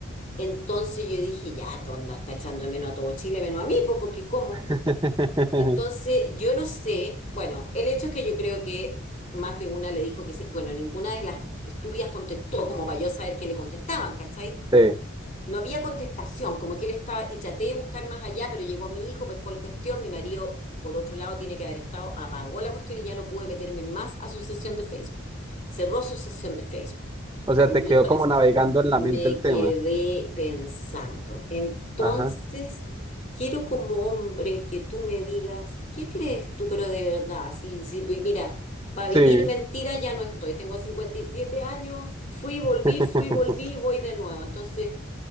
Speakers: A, on the left; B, on the right.
A: Entonces yo dije, ya, tonda, está echando de menos a todo Chile, menos a mí, pues porque ¿cómo?
B: <laughs>
A: Entonces yo no sé, bueno, el hecho es que yo creo que más de una le dijo que sí, bueno, ninguna de las estúpidas contestó como para yo saber qué le contestaban, ¿cachai?
B: Sí.
A: no había contestación, como que él estaba, y traté de buscar más allá, pero llegó mi hijo, pescó el cuestión, mi marido, por otro lado, tiene que haber estado, apagó la cuestión y ya no pude meterme más a su sesión de Facebook. Cerró su sesión de Facebook.
B: O sea,
A: O mi
B: te quedó
A: hijo
B: como
A: la-
B: navegando en la
A: me
B: mente el tema.
A: quedé pensando. Entonces,
B: Ajá.
A: quiero como hombre que tú me digas, ¿qué crees tú, pero de verdad? Si, si, pues mira, para vivir
B: Sí.
A: mentiras ya no estoy. Tengo 57 años, fui, volví,
B: <laughs>
A: fui, volví, y voy de nuevo. Entonces,